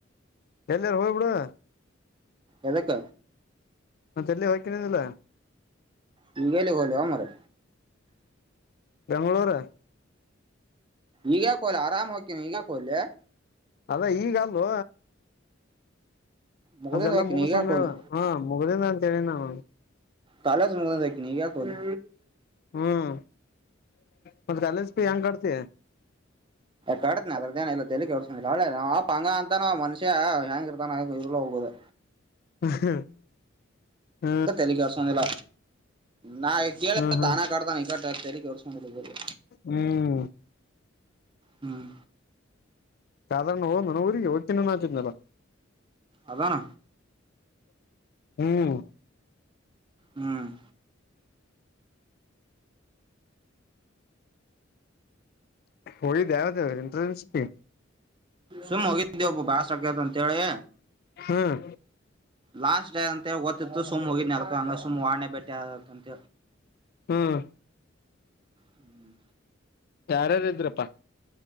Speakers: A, on the left; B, on the right.
A: ಎಲ್ಲೆ ಹೋಗ್ಬಿಡು
B: ಎದಕ್ಕ
A: ಮತ್ತೆ ಎಲ್ಲಿ ಹೋಗ್ತೀನಿ ಅಂದೆಲ್ಲ
B: ಹೀಗೆಲ್ಲಿ ಹೋಗ್ಲಿ ಮಾರಾಯ
A: ಬೆಂಗಳೂರು
B: ಈಗಯಾಕ್ ಕೋಲಿ ಆರಾಮ್ ಹೋಕಿನಿ ಈಗ ಯಾಕ್ ಕೋಲಿ
A: ಅದಾ ಈಗ ಅಲ್ಲೋ
B: ಮುಗ್ದಿಂದ
A: ನಂದೆಲ್ಲಾ
B: ಹೋಗ್ತೀನಿ
A: ಮುಗ್ಸಮ್ಮ
B: ಈಗ್ಯಾಕ್ ಹೋಲಿ
A: ಹೇಳು ಹ್ಮ್ ಮುಗದಿಂದ ಸರಿ ನಾನು
B: ಕಾಲೇಜ್ ಮುಗಸಕ ಈಗ ಕೋಲಿ
A: ಹ್ಮ್ ಮತ್ತ ಕಾಲೇಜ್ ಫೀ ಹೆಂಗ್ ಕಟ್ತಿ
B: ಕಟ್ತೀನಿ ಅದರ್ದೇನು ತಲೆ ಕೆಡಿಸಿಕೊಂಡಿಲ್ಲ ಇ ಪ ನಮ್ಮ ಅಪ್ಪ ಅಂಗೇ ಅವ ಮನುಷ್ಯ ನಾಳೆ ಇರುವುದು ಹೋಗುವುದೇ
A: ಹ್ಮ್
B: ತಲಿ ಕೆಡ್ಸೋದಿಲ್ಲ ನಾ ಕೇಳಿಲ್ಲ
A: ಹ್ಮ್ ಹ್ಮ್
B: ತಾನೇ ಕಟ್ತನ ಈ ಕಟ ತಲೆ ಕೆಡ್ಸ್ಕೊಂಡಿಲ್ಲ ಬಿಡು
A: ಹ್ಮ್
B: ಹ್ಮ್
A: ಸಾಧಾರಣ ಹೋದ್ ನ ಊರಿಗೆ ಹೋಗ್ತಿದ್ದ ಅನ್ನ ತಿದ್ನಲ್ಲ
B: ಅದಾನ
A: ಹ್ಮ್
B: ಹ್ಮ್
A: ಹೋಗಿದ್ದ ಅದು ಇಂಟ್ರನ್ಶಿಪ್ ಗೆ
B: ಸುಮ್ ಹೋಗಿದ್ದಿವ ಒಬ್ಬ ಬಾಸ್ಕ್ಯತ ಅಂತ ಹೇಳೇಳಿ
A: ಹ್ಮ್
B: ಲಾಸ್ಟ್ ಡೇ ಅಂತೇಳಿ ಗೊತ್ತತಿತ್ತು ಸುಮ್ ಹೋಗಿ ನರ್ಕ ಹಂಗ ಸುಮ್ ವಾರ್ನೆ ಬೆಟ್ಟೆಂತ
A: ಹ್ಮ್
B: ಹ್ಮ್
A: ಯಾರ್ಯಾರು ಇದ್ರಪ್ಪಾ